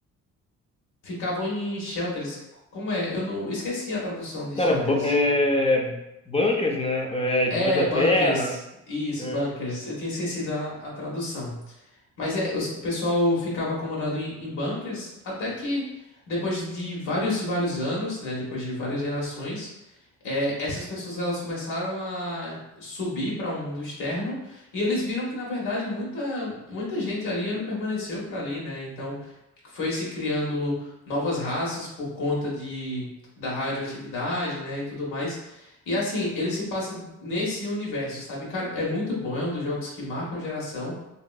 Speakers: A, on the left; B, on the left.
A: ficavam em shelters. Como é? Eu não esqueci a tradução de
B: Cara,
A: shelters.
B: bu- é, bunkers, né? É,
A: É,
B: debaixo da
A: bunkers.
B: terra.
A: Isso,
B: né?
A: bunkers. Eu tinha esquecido a, a tradução. Mas é, os- o pessoal ficava acomodado em, em bunkers até que depois de vários e vários anos, né, depois de várias gerações, é, essas pessoas elas começaram a subir para o mundo externo e eles viram que na verdade muita muita gente ali ela permaneceu para ali, né? Então foi se criando novas raças por conta de da radioatividade, né, e tudo mais. E assim, ele se passa nesse universo, sabe? Cara, é muito bom, é um dos jogos que marcam a geração.